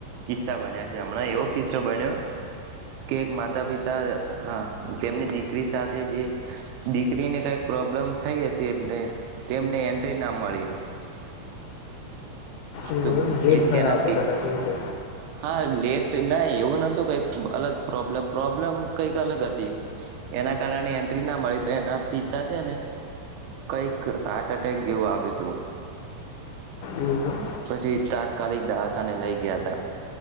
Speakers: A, on the right; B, on the left.
A: કિસ્સા બન્યા છે હમણાં એવો કિસ્સો બન્યો કે એક માતા પિતા હ તેમની દીકરી સાથે જે દીકરીને કઈક પ્રોબ્લેમ થઈ હશે એટલે તેમને એન્ટ્રી ના મળી
B: એ
A: તો
B: લેટ
A: એ તેના
B: થયા હશે
A: પે
B: કદાચ એ
A: હા લેટ ના એવું નતું કઈક અલગ પ્રોબ્લમ પ્રોબ્લેમ કઈક અલગ હતી એના કારણે એન્ટ્રી ના મળી તો એના પિતા છે ને કઈક હાર્ટ એટેક જેવું આવ્યું હતું
B: એવું એમ
A: પછી તા કાલેદવાખાને લઈ ગયા